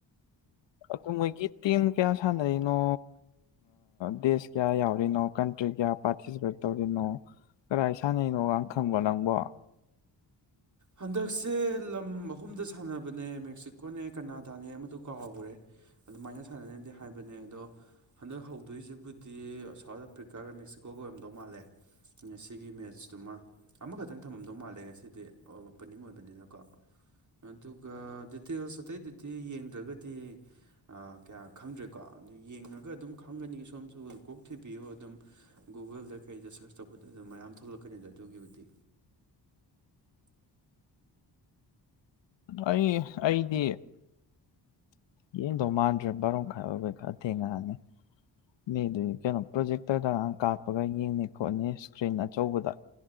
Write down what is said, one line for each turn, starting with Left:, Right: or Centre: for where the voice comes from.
Left: ꯑꯗꯨ ꯃꯣꯏꯒꯤ ꯇꯤꯝ ꯀꯌꯥ ꯁꯥꯟꯅꯔꯤꯅꯣ ꯗꯦꯁ ꯀꯌꯥ ꯌꯥꯎꯔꯤꯅꯣ ꯀꯟꯇ꯭ꯔꯤ ꯀꯌꯥ ꯄꯥꯔꯇꯤꯁꯤꯄꯦꯠ ꯇꯧꯔꯤꯅꯣ ꯀꯗꯥꯥꯏ ꯁꯥꯟꯅꯅꯣꯒ ꯈꯪꯕ ꯅꯪꯕꯣ
Right: ꯍꯟꯗꯛꯁꯦ ꯂꯝ ꯑꯍꯨꯝꯗ ꯁꯥꯟꯅꯕꯅꯦ ꯃꯦꯛꯁꯤꯀꯣꯅꯦ ꯀꯅꯥꯗꯥꯅꯦ ꯑꯃꯗꯨ ꯀꯥꯎꯍꯈ꯭ꯔꯦ ꯑꯗꯨꯃꯥꯏꯅ ꯁꯥꯟꯅꯅꯗꯤ ꯍꯥꯏꯕꯅꯦ ꯑꯗꯣ ꯍꯟꯗꯛ ꯍꯧꯗꯣꯏꯁꯤꯕꯨꯗꯤ ꯁꯥꯎꯠ ꯑꯐ꯭ꯔꯤꯀꯥꯒ ꯃꯦꯛꯁꯤꯀꯣꯒ ꯑꯣꯏꯔꯝꯗꯧ ꯃꯥꯜꯂꯦ ꯉꯁꯤꯒꯤ ꯃꯦꯠꯁꯇꯨꯃ ꯑꯃꯈꯛꯇꯪ ꯊꯝꯃꯝꯗꯧ ꯃꯥꯜꯂꯦ ꯉꯁꯤꯗꯤ ꯑꯣꯄꯅꯤꯡ ꯑꯣꯏꯕꯅꯤꯅꯀꯣ ꯑꯗꯨꯒ ꯗꯤꯇꯦꯜꯁ ꯑꯇꯩꯗꯨꯗꯤ ꯌꯦꯡꯗ꯭ꯔꯒꯗꯤ ꯀꯌꯥ ꯈꯪꯗ꯭ꯔꯦꯀꯣ ꯑꯗꯨ ꯌꯦꯡꯉꯒ ꯑꯗꯨꯝ ꯈꯪꯒꯅꯤ ꯁꯣꯝꯁꯨ ꯀꯣꯛ ꯊꯤꯕꯤꯌꯨ ꯑꯗꯨꯝ ꯒꯨꯒꯜꯗ ꯀꯩꯗ ꯁꯔꯁ ꯇꯧꯕꯗ ꯑꯗꯨꯝ ꯃꯌꯥꯝ ꯊꯣꯛꯂꯛꯀꯅꯤꯗ ꯑꯗꯨꯒꯤꯕꯨꯗꯤ
Left: ꯑꯩ ꯑꯩꯗꯤ ꯌꯦꯡꯗꯧ ꯃꯥꯟꯗ꯭ꯔꯦ ꯕꯥꯔꯣ ꯃꯈꯥꯏ ꯑꯣꯏꯕꯩ ꯈꯔ ꯊꯦꯡꯉꯛꯑꯅꯤ ꯃꯤꯗꯨ ꯀꯩꯅꯣ ꯄ꯭ꯔꯣꯖꯦꯛꯇꯔꯗꯒꯥꯡ ꯀꯥꯞꯄꯒ ꯌꯦꯡꯅꯤ ꯈꯣꯠꯅꯤ ꯏꯁꯀ꯭ꯔꯤꯟ ꯑꯆꯧꯕꯗ